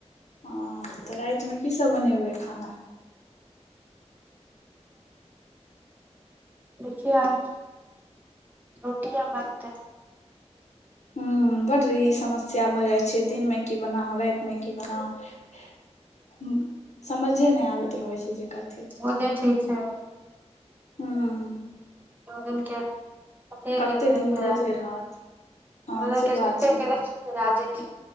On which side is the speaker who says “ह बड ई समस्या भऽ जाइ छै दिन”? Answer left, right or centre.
Left